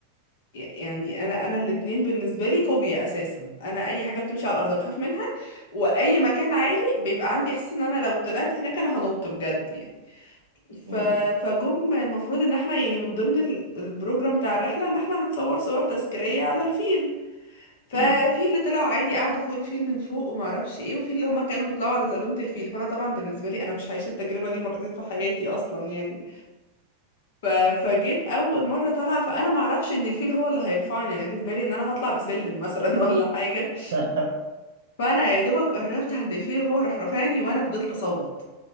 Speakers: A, on the left; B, on the right.
A: يعني انا انا الاتنين بالنسبه لي فوبيا اساسا انا اي حاجه بتمشي على الارض بخاف منها واي مكان عالي بيبقى عندي احساس ان انا لو طلعت هناك انا هنط بجد يعني ف...
B: اوه
A: فجم المفروض ان احنا يعني من ضمن ال- البروجرام بتاع الرحله ان احنا نتصور صور تذكاريه على الفيل ففي
B: امم
A: اللي طلعوا عادي قعدوا فوق الفيل من فوق وما اعرفش ايه وفي اللي هما كانوا بيطلعوا على زلومه الفيل فانا طبعا بالنسبه لي انا مش هعيش التجربه دي مرتين في حياتي اصلا يعني ف... فجيت اول مره طالعه فانا ما اعرفش ان الفيل هو اللي هيرفعني انا جه في بالي ان انا هطلع بسلم مثلا <laughs> ولا حاجه
B: <laughs>
A: فانا يا دوبك قربت عند الفيل وهو راح رافعني وانا فضلت اصوت